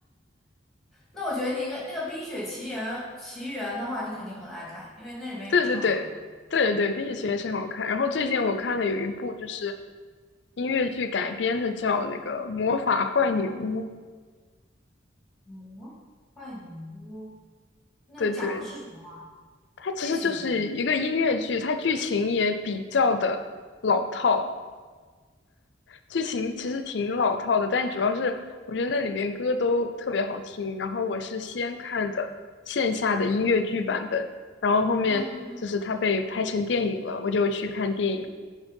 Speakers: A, in the centre; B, on the left.
A: 那我觉得你应该那个《冰雪奇缘》奇缘的话，你肯定很爱看，因为那里面有唱歌。
B: <laughs> 对对对对对对，《冰雪奇缘》是很好看。然后最近我看了有一部就是音乐剧改编的，叫那个《魔法坏女巫》。
A: 魔幻女巫，那讲的是什么啊？
B: 对对，它其实就是一个音乐剧，
A: 剧情是什么？
B: 它剧情也比较的老套，剧情其实挺老套的，但主要是我觉得那里面歌都特别好听。然后我是先看的线下的音乐剧版本，然后后面就是它被拍成电影了，
A: 嗯嗯嗯。
B: 我就去看电影。